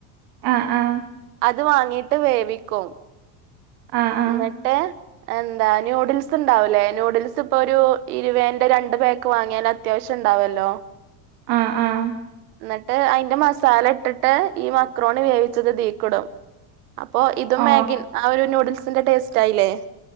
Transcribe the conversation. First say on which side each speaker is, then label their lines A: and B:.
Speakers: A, on the right (about 55°); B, on the right (about 80°).
A: ആഹ് ആഹ്
B: അത് വാങ്ങിയിട്ട് വേവിക്കും
A: ആ ആ
B: ന്നിട്ട് എന്താ ന്യൂഡിൽസ് ണ്ടാവുലേ ന്യൂഡിൽസ് ഇപ്പൊ ഒരു ഇരുപേന്റെ രണ്ട് പാക്ക് വാങ്ങിയാൽ അത്യാവശ്യം ഇണ്ടാവല്ലോ
A: ആഹ് ആഹ്
B: ന്നിട്ട് അതിന്റെ മസാല ഇട്ടിട്ട് ഈ മക്രോൺി വേവിച്ചത് ഇതീക്കിടും അപ്പൊ ഇതും
A: ഓ
B: മാഗി ആ ഒരു നൂഡിൽസിന്റെ ടേസ്റ്റ് ആയില്ലേ